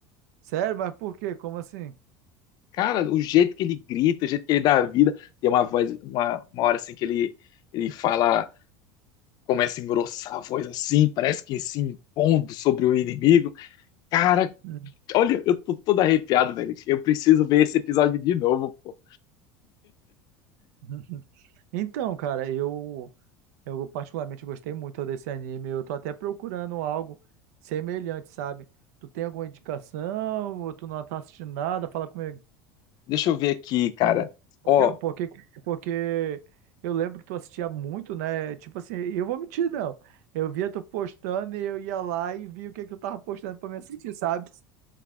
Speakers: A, on the right; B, on the left.
A: Sério, mas por quê? Como assim?
B: Cara, o jeito que ele grita, o jeito que ele dá a vida, tem uma voz, uma, uma hora assim que ele ele fala começa a engrossar a voz assim, parece que se impondo sobre o inimigo. Cara,
A: Uhum,
B: olha, eu tô todo arrepiado, velho. Eu preciso ver esse episódio de novo, pô.
A: uhum. Então, cara, eu eu particularmente gostei muito desse anime. Eu tô até procurando algo semelhante, sabe? Tu tem alguma indicação? Ou tu não tá assistindo nada? Fala comigo.
B: Deixa eu ver aqui, cara.
A: Porque,
B: Ó,
A: porque, porque eu lembro que tu assistia muito, né? Tipo assim, eu vou mentir, não. Eu via tu postando e eu ia lá e via o que que tu tava postando pra me assistir, sabe?